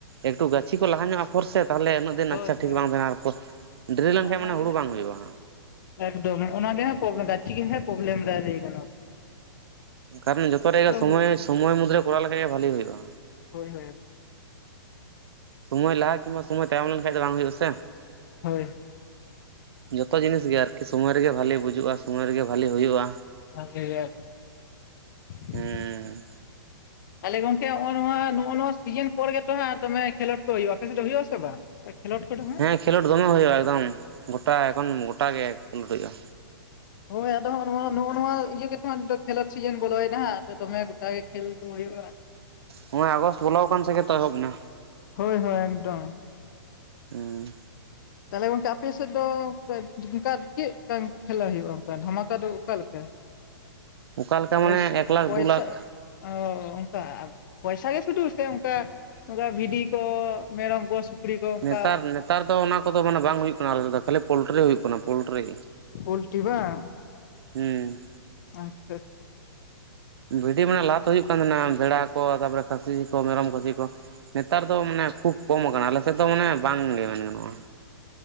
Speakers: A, on the right; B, on the left.
A: ᱮᱠᱴᱩ ᱜᱟᱹᱪᱷᱤ ᱠᱚ ᱞᱟᱦᱟ ᱧᱚᱜ ᱟᱯᱷᱚᱨ ᱥᱮ ᱛᱟᱦᱞᱮ ᱩᱱᱟᱹᱜ ᱫᱤᱱ
B: ᱦᱳᱭ
A: ᱟᱪᱪᱷᱟ ᱴᱷᱤᱠ
B: ᱦᱳᱭ
A: ᱵᱟᱝ ᱛᱟᱦᱮᱱᱟ ᱛᱟᱨᱯᱚᱨ ᱰᱨᱤ
B: ᱦᱚᱜᱼᱚ
A: ᱞᱮᱱᱠᱷᱟᱱ
B: ᱱᱚᱣᱟ
A: ᱢᱟᱱᱮ ᱦᱩᱲᱩ
B: ᱜᱮ ᱦᱟᱸᱜ
A: ᱵᱟᱝ
B: ᱠᱚᱫᱚ
A: ᱦᱩᱭᱩᱜᱼᱟ᱾
B: ᱮᱠᱫᱚᱢ ᱚᱱᱟᱜᱮ <unintelligible> ᱜᱟᱹᱪᱤ ᱜᱮ ᱦᱟᱜ ᱯᱚᱵᱞᱮᱢ ᱨᱮ ᱞᱟᱹᱭ ᱜᱟᱱᱚ
A: ᱠᱟᱨᱚᱱ ᱡᱚᱛᱚ ᱨᱮ ᱥᱚᱢᱚᱭ
B: ᱦᱳᱭ
A: ᱥᱚᱢᱚᱭ ᱢᱩᱫᱽᱨᱮ ᱠᱚᱨᱟᱣ ᱞᱮᱠᱟᱱ ᱜᱮ ᱵᱷᱷᱟᱞᱤ ᱦᱩᱭᱩᱜᱼᱟ᱾
B: ᱦᱳᱭ ᱦᱳᱭ
A: ᱥᱚᱢᱚᱭ ᱞᱟᱦᱟ ᱠᱤᱱᱵᱟ ᱥᱚᱢᱚᱭ ᱛᱟᱭᱚᱢ ᱞᱮᱱᱠᱷᱟᱱ ᱫᱚ ᱵᱟᱝ ᱦᱩᱭᱩᱜᱼᱟ ᱥᱮ᱾
B: ᱦᱳᱭ
A: ᱡᱚᱛᱚ ᱡᱤᱱᱤᱥ ᱜᱮ ᱟᱨᱠᱤ ᱥᱳᱢᱳ ᱨᱮᱜᱮ ᱵᱷᱟᱞᱤ ᱵᱩᱡᱩᱜᱼᱟ ᱥᱳᱢᱚᱭ ᱨᱮᱜᱮ ᱵᱷᱟᱹᱞᱤ ᱦᱩᱭᱩᱜᱼᱟ᱾
B: <unintelligible>
A: ᱦᱩᱸ
B: ᱛᱟᱞᱮ ᱜᱚᱝᱠᱮ ᱱᱚᱜᱼᱚᱭ ᱱᱚᱣᱟ ᱱᱚᱜᱼᱚ ᱱᱚᱣᱟ ᱥᱤᱡᱤᱱ ᱯᱚᱨᱜᱮ ᱛᱚ ᱦᱟᱸᱜ ᱫᱚᱢᱮ ᱠᱷᱮᱞᱳᱰ ᱠᱚ ᱦᱩᱭᱩᱜᱼᱟ, ᱟᱯᱮᱥᱮᱜ ᱫᱚ ᱦᱩᱭᱩᱜᱼᱟ ᱥᱮ ᱵᱟᱝ? ᱳᱭ ᱠᱳᱭᱮᱰ ᱠᱚᱰᱚ ᱠᱚ ᱫᱚ ᱦᱟᱸᱜ᱾
A: ᱦᱮᱸ ᱠᱷᱮᱞᱳᱰ ᱫᱚᱢᱳ ᱦᱩᱭᱩᱜᱼᱟ ᱮᱠᱫᱚᱢ ᱜᱚᱴᱟ ᱮᱠᱷᱚᱱ ᱜᱚᱴᱟ ᱜᱮ ᱠᱷᱮᱞᱳᱰ ᱦᱩᱭᱩᱜᱼᱟ᱾
B: ᱦᱳᱭ ᱟᱫᱚ ᱱᱚᱜᱼ ᱱᱚᱣᱟ ᱱᱚᱜᱼᱚ ᱱᱚᱣᱟ ᱤᱭᱟᱹ ᱜᱮᱛᱮ ᱦᱟᱸᱜ ᱱᱤᱛᱚᱜ ᱠᱷᱮᱞᱳᱰ ᱥᱤᱡᱟᱱ ᱵᱚᱞᱚᱭᱱᱟ ᱦᱟᱸᱜ ᱟᱫᱚ ᱫᱚᱢᱮ ᱜᱚᱴᱟ ᱜᱮ ᱠᱷᱮᱞ ᱠᱚ ᱦᱩᱭᱩᱜᱼᱟ᱾
A: ᱱᱚᱜᱼᱚᱭ ᱟᱜᱚᱥᱴ ᱵᱚᱞᱚᱣ ᱠᱟᱱ ᱛᱮ ᱜᱮ ᱛᱚ ᱮᱦᱚᱵᱱᱟ᱾
B: ᱦᱳᱭ ᱦᱳᱭ ᱮᱠᱰᱚᱢ
A: ᱦᱩᱸ
B: ᱛᱟᱦᱞᱮ ᱜᱚᱱᱠᱮ ᱟᱯᱮ ᱥᱮᱫ ᱫᱚ ᱚᱱᱠᱟ ᱪᱮᱜᱠᱟ ᱠᱟᱱ ᱠᱷᱮᱞᱟ ᱦᱩᱭᱩᱜᱼᱟ ᱚᱱᱠᱟ ᱰᱷᱟᱢᱟᱠᱟ ᱫᱚ ᱚᱠᱟᱞᱮᱠᱟ?
A: ᱚᱠᱟ ᱞᱮᱠᱟ
B: ᱯᱚᱭᱥᱮ
A: ᱢᱟᱱᱮ ᱮᱠ ᱞᱟᱠᱷ
B: ᱯᱚᱭᱥᱟ
A: ᱫᱩ ᱞᱟᱠᱷ
B: ᱚᱸ ᱚᱝᱠᱟ ᱯᱚᱭᱥᱟ ᱜᱮ ᱥᱩᱫᱩ ᱥᱮ ᱚᱝᱠᱟ ᱚᱝᱠᱟ ᱵᱷᱤᱰᱤ ᱠᱚ ᱢᱮᱨᱚᱢ ᱠᱚ ᱥᱩᱠᱨᱤ ᱠᱚ ᱚᱝᱠᱟ
A: ᱱᱮᱛᱟᱨ ᱱᱮᱛᱟᱨ ᱫᱚ ᱚᱱᱟ ᱠᱚ ᱫᱚ ᱢᱟᱱᱮ ᱵᱟᱝ ᱦᱩᱭᱩᱜ ᱠᱟᱱᱟ ᱟᱞᱮ ᱥᱮᱜ ᱫᱚ ᱠᱷᱟᱹᱞᱤ ᱯᱩᱞᱴᱨᱤ ᱦᱩᱭᱩᱜ ᱠᱟᱱᱟ ᱯᱩᱞᱴᱨᱤ᱾
B: ᱯᱩᱞᱴᱤ ᱵᱟᱸ
A: ᱦᱩᱸ
B: ᱟᱪᱪᱷᱟ
A: ᱵᱷᱤᱰᱤ ᱢᱟᱱᱮ ᱞᱟᱦᱟᱛᱮ ᱦᱩᱭᱩᱜ ᱠᱟᱱ ᱛᱟᱦᱮᱱᱟ ᱵᱷᱮᱲᱟ ᱠᱚ ᱛᱟᱯᱚᱨᱮ ᱠᱷᱟᱹᱥᱤ ᱠᱚ ᱢᱮᱨᱚᱢ ᱠᱷᱟᱹᱥᱤ ᱠᱚ᱾ ᱱᱮᱛᱟᱨ ᱫᱚ ᱢᱟᱱᱮ ᱠᱷᱩᱵ ᱠᱚᱢ ᱟᱠᱟᱱᱟ ᱟᱞᱮ ᱥᱮᱫ ᱫᱚ ᱢᱟᱱᱮ ᱵᱟᱝ ᱜᱮ ᱢᱮᱱ ᱜᱟᱱᱚᱜᱼᱟ᱾